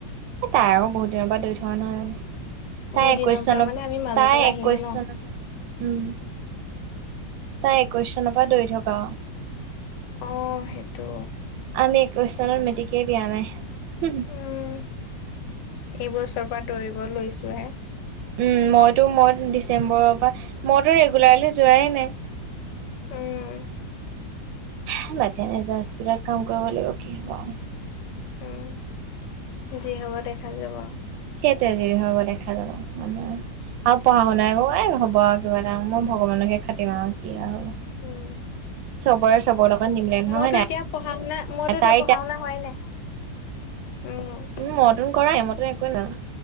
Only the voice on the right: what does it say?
এ তাই আৰু বহুত দিনৰ পৰা দৰি থকা নহয় জানোঁ।
তাই একৈশ
চনৰ
তাই
একৈশ
চনৰ পৰা উম তাই একৈশ চনৰ পৰা দৌৰি থকা অ
আমি একৈশ চনৰ মেট্টিকে দিয়া নাই।
উম মইতো মই ডিচেম্বৰৰ পৰা মইতো ৰেগুলাৰলি যোৱাই নাই।
হা বাতিয়ানা যোৱা স্পীডত কাম কৰিব লাগিব কি হ'ব আও।
সেই তেজিৰি হব দেখা যাব মানুহে আৰু পঢ়া শুনাই ক এই হ'ব কিবা এটা মই ভগৱানকহে খাতিম আৰু কি আৰু
চবৰে চবৰ লগত নিমিলে নহয়
হয়
নাই
তাই
উম, মতুন কৰাই মইতো একোৱে নাজানো